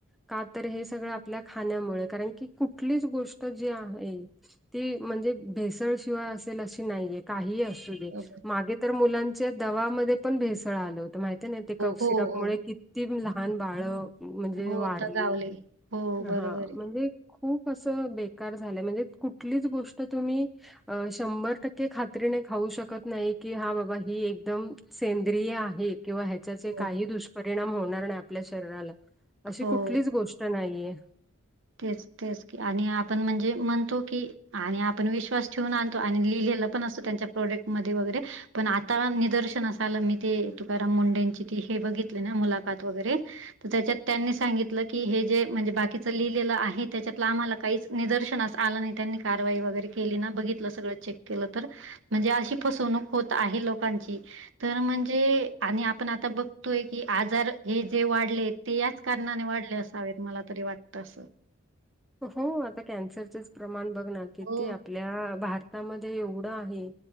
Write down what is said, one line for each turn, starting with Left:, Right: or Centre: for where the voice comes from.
Centre: का तर, हे सगळं आपल्या खाण्यामुळे कारण की, कुठलीच गोष्ट जी आहे ते मणजे भेसळशिवाय असेल, अशी नाहीये काहीही अ सुदे
Right: बरोबर.
Centre: मागे तर, मुलांच्या दवामदे पण भेसळ आलं हो माहिती नाइ, ते कप सिरप
Right: हो, हो.
Centre: मुळे किती लहान बाळ मणजे
Right: हो
Centre: वारली.
Right: दगावले. हो
Centre: हा.
Right: बरोबर आहे.
Centre: हे खूप अस बेकार झालंय म्हणजे कुटलीच गोष्ट तुम्ही अ शंबर टक्के खात्रीने खाऊ शकत नाइ की, हा बाबा ही एकदम सेंद्रिय आहे. किंवा ह्याच्याचे काही
Right: हो,
Centre: दुष्परिणाम होणार नाय आपल्या शरीराला, अशी
Right: हो.
Centre: कुटलीच गोष्ट ट नाइये.
Right: तेच, तेच की आणि आपण मणजे मणतो की आणि आपण विश्वास ठेवून आणतो आणि लिहिलेला पण असतो, त्यांच्या प्रोडक्टमदे वैगेरे. पण आता निदर्शनास आलं, मी ते तुकाराम मुंडेची ती हे बगीतली ना, मुलाकात वगेरे तर त्याच्यात त्यांनी सांगितलं की, हे जे मणजे बाकीचं लिह लेल आहे, त्याच्यात आम्हाला काहीच निदर्शनास आलं नाही. त्यांनी कारवाई वगैरे केली ना, बगीतलं सगळं चेक केलं तर म्हणजे आशी फसवणूक होत आहे लोकांची. तर मणजे आणि आपण आता बगतोय की, आजार हे जे वाडलेत ते याच कारणाने वाडले असावेत, मला तरी वाटतं असं.
Centre: हो आता कॅन्सरचच प्रमाण बगना, किती
Right: हो,
Centre: आपल्या भार तामदे एवड आहे